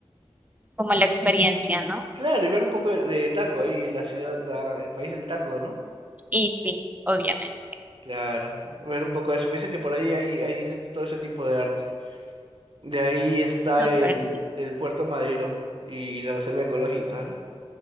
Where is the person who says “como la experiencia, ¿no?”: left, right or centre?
Right